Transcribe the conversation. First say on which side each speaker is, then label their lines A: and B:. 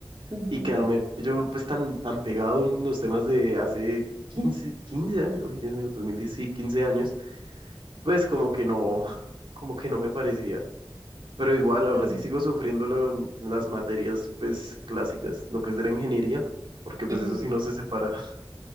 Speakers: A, on the right; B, on the right.
A: Ujú.
B: y quedarme yo pues tan, tan pegado en los temas de hace quince quince años, uy, Dios mío, 2010, sí, 15 años, pues como que no, <laughs> como que no me parecía. Pero igual,
A: mm,
B: aún así sigo sufriéndolo en, en las materias pues clásicas, lo que es de la ingeniería, porque pues
A: ujú,
B: eso sí no se separa. <laughs>